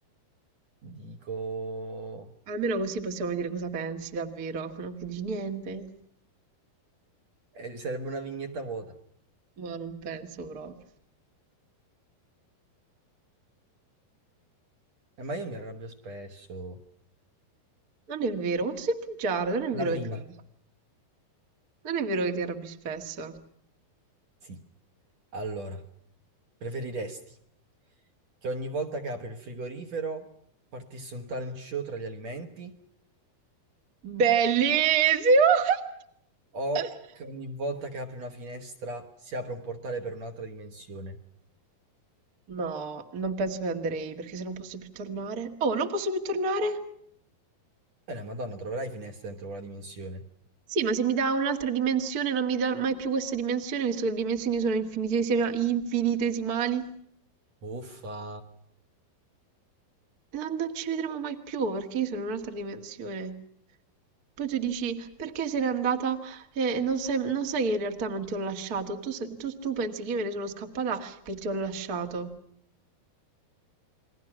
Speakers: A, on the right; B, on the right.
A: Dico...
B: Almeno così possiamo dire cosa pensi davvero, no? Che dici niente?
A: eh, sarebbe una vignetta vuota.
B: Ma non penso proprio.
A: Eh, ma io mi arrabbio spesso.
B: Non è vero, quanto sei bugiardo, non è
A: La
B: vero
A: prima.
B: che ti, non è vero che ti arrabbi spesso.
A: Sì. Allora, preferiresti che ogni volta che apri il frigorifero partisse un talent show tra gli alimenti
B: Bellissimo!
A: o
B: <laughs>
A: che ogni volta che apri una finestra si apra un portale per un'altra dimensione?
B: No, non penso che andrei, perché se non posso più tornare... Oh, non posso più tornare?
A: Eh, la Madonna, troverai finestre dentro quella dimensione.
B: Sì, ma se mi dà un'altra dimensione, non mi dà mai più questa dimensione, visto che le dimensioni sono infinitesima- infinitesimali.
A: Uffa!
B: Non, non ci vedremo mai più perché io sono in un'altra dimensione. Poi tu dici perché se n'è andata e e non sai, non sai che in realtà non ti ho lasciato. Tu, se- tu- tu pensi che io me ne sono scappata e ti ho lasciato.